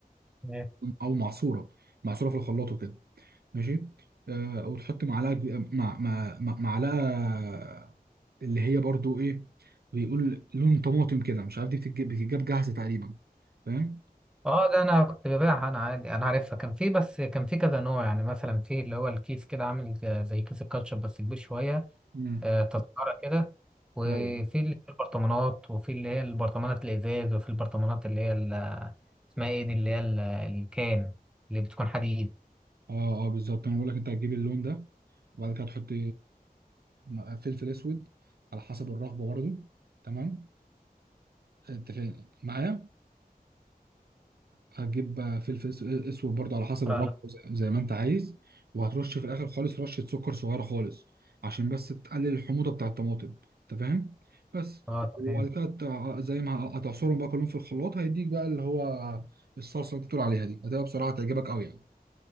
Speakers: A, in the centre; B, on the right (about 80°).
A: تمام.
B: او معصوره معصوره في الخلاط وكده ماشي آه وتحط معلقه كبيرة- مع مع مع- معلقه اللي هي برضو ايه بيقول لون طماطم كده مش عارف دي بتتجاب بتتجاب جاهزه تقريبا فاهم
A: اه ده انا كنت ببيعها انا عادي انا عارفها كان في بس كان في كذا نوع يعني مثلا في اللي هو الكيس كده عامل زي زي كيس الكاتشب بس كبير شويه
B: مم.
A: آه، تذكرة كده وفي
B: ايوه
A: اللي في البرطمانات وفي اللي هي البرطمانات الإزاز وفي البرطمانات اللي هي ال- اسمها إيه دي اللي هي ال- الكان اللي بتكون حديد
B: اه اه بالظبط انا بقول لك انت هتجيب اللون ده وبعد كده تحط آه، فلفل اسود على حسب الرغبه برضو تمام انت فاهم معايا هتجيب فلفل أس- اسود برضه على حسب
A: لا
B: الرغبه
A: لا
B: زي زي ما انت عايز وهترش في الاخر خالص رشه سكر صغيره خالص عشان بس تقلل الحموضه بتاع الطماطم انت فاهم بس
A: اه تمام
B: وبعد كده هت- زي ما هتعصرهم بقى كلهم في الخلاط هيديك بقى اللي هو الصلصه اللي انت بتقول عليها دي هتبقى بصراحه تعجبك قوي يعني